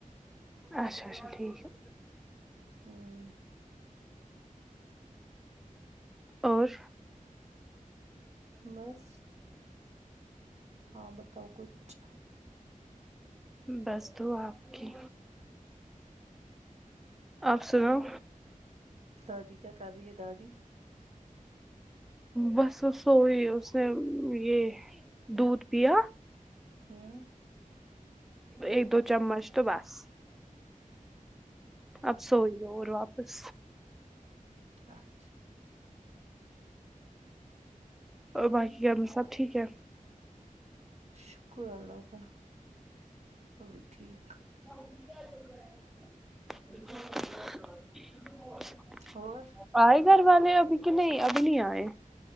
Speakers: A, in the centre; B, on the right.
A: اچھا اچھا ٹھیک ہے
B: ہوں
A: اور
B: بس ہاں بتاؤ کچھ
A: بس تو آپ کی آپ سناو
B: دادی کیا کر رہی ہے دادی
A: بس سوئی اس نے یہ دودھ پیا
B: ہوں
A: ایک دو چمچ تو بس اب سوئیے اور واپس
B: اچھا
A: اور باقی گھر میں سب ٹھیک ہے
B: شکر اللہ کا وہبھی ٹھیک
A: <inaudible>
B: اور
A: آئے گھر والے ابھی کہ نہیں ابھی نہیں آئے